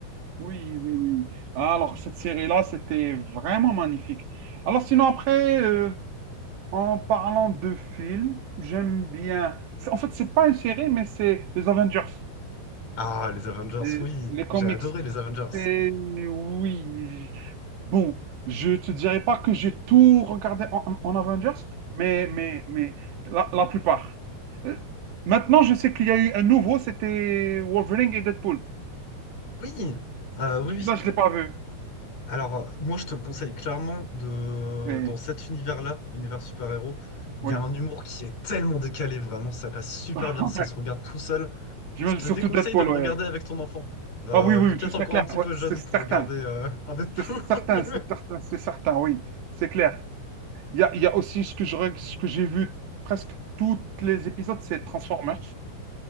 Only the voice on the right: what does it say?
Oui, oui, oui. Alors, cette série-là, c'était vraiment magnifique. Alors, sinon, après, euh, En parlant de films, j'aime bien. c'est- En fait, c'est pas une série, mais c'est les Avengers,
les,
les comics.
Et oui. Bon, je te dirais pas que j'ai tout regardé en, en- Avengers, mais, mais, mais la, la plupart. Euh, Maintenant, je sais qu'il y a eu un nouveau, c'était Wolverine et Deadpool.
Celui-là,
je l'ai pas vu.
Oui,
oui.
<laughs>
Je veux
surtout
Deadpool,
ouais.
Ah oui, oui,
oui,
tout c'est
clair,
ouais, c'est
certain.
C'est certain, c'est certain,
c'est certain, oui, c'est clair. Il y a, il y a aussi ce que je, re- ce que j'ai vu presque tous les épisodes, c'est Transformers.